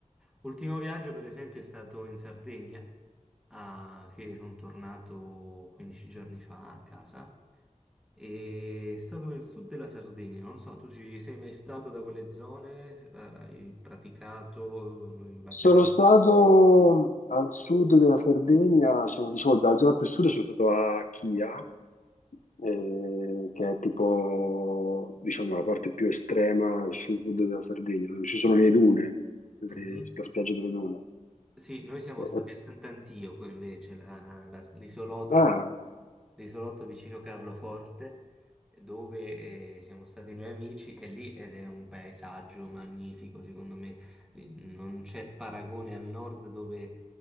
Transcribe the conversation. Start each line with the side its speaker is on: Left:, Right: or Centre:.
Centre: Ultimo viaggio, per esempio, è stato in Sardegna, a- che sono tornato 15 giorni fa a casa. E è stato nel sud della Sardegna, non so, tu ci sei mai stato da quelle zone? Eh, Hai praticato in vacanza?
Left: sono stato al sud della Sardegna, sono, diciamo, la zona più a sud sono stato a Chia, eh, che è tipo, diciamo, la parte più estrema a sud della Sardegna, dove ci sono le dune, le-
Centre: Mhm.
Left: la spiaggia delle dune.
Centre: Sì, noi siamo
Left: E-
Centre: stati
Left: e-
Centre: a Sant'Antioco invece, la- la- l'isolotto
Left: ah,
Centre: l'isolotto vicino Carloforte, dove eh, siamo stati noi amici e lì ed è un paesaggio magnifico, secondo me. Lì Non c'è paragone al nord dove